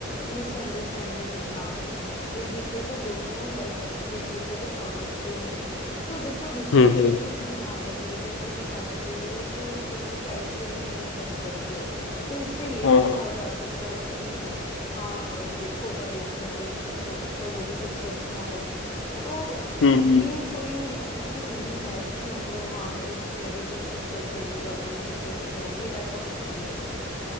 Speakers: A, on the left; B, on the left.
A: मिसअंडरस्टैंडिंग्स ना हो एक दूसरे को दोनों लाइफ पार्टनर एक दूसरे को समझते हों तो देखो रिश्ता
B: हम्म
A: कोई भी निभाने के लिए कोई भी टिकाने के लिए तो दोनों साइड से ही मेहनत करनी पड़ती है तो इससे ये
B: हाँ
A: नहीं कहा
B: हाँ
A: जा सकता कि हाँ अब देखो अरेंज मैरिज हो सकता है वो भी सक्सेस ना हो तो
B: हम्म
A: ये
B: हम्म।
A: कोई इशू नहीं है कि मतलब हाँ अरेंज मैरिज ही सक्सेस होगी लव मैरिज सक्सेस नहीं होगी ऐसा कुछ नहीं है